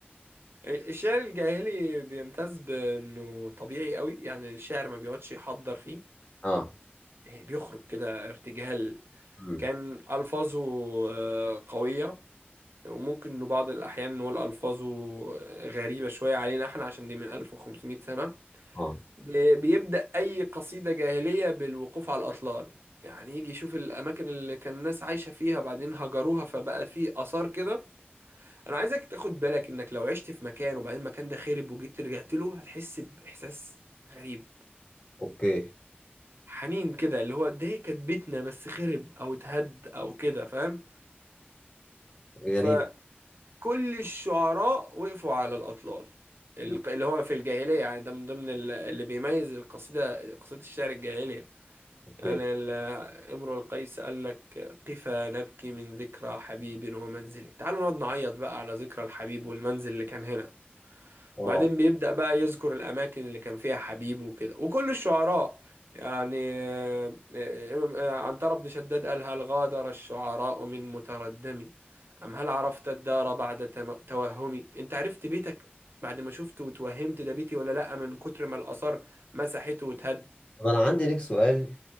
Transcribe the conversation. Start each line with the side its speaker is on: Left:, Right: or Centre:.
Right: الشعر الجاهلي بيمتاز بانه طبيعي قوي يعني الشاعر ما بيقعدش يحضر فيه
Left: اه
Right: يعني بيخرج كده ارتجال
Left: امم
Right: كان الفاظه آه، قويه وممكن انه بعض الاحيان نقول الفاظه غريبه شويه علينا احنا عشان دي من 1500 سنه
Left: اه
Right: بي- بيبدا اي قصيده جاهليه بالوقوف على الاطلال يعني يجي يشوف الاماكن اللي كان الناس عايشه فيها بعدين هجروها فبقى في اثار كده انا عايزك تاخد بالك انك لو عشت في مكان وبعدين المكان ده خرب وجيت رجعت له هتحس باحساس غريب
Left: اوكي
Right: حنين كده اللي هو ده كانت بيتنا بس خرب او اتهد او كده فاهم
Left: غريب
Right: فكل الشعراء وقفوا على الاطلال الق-
Left: مم.
Right: اللي هو في الجاهليه يعني ده من ضمن ال- اللي بيميز القصيده قصيده الشعر الجاهليه
Left: اوكي
Right: يعني ال- امرؤ القيس قال لك قفا نبكي من ذكرى حبيب ومنزله تعالوا نقعد نعيط بقى على ذكرى الحبيب والمنزل اللي كان هنا
Left: اه
Right: وبعدين بيبدأ بقى يذكر الأماكن اللي كان فيها حبيبه وكده وكل الشعراء يعني آه، آه، آه، عنترة بن شداد قال هل غادر الشعراء من متردمي أم هل عرفت الدار بعد تم- توهمي أنت عرفت بيتك بعد ما شفته وتوهمت ده بيتي ولا لأ من كتر ما الآثار مسحته وتهد
Left: طب انا عندي ليك سؤال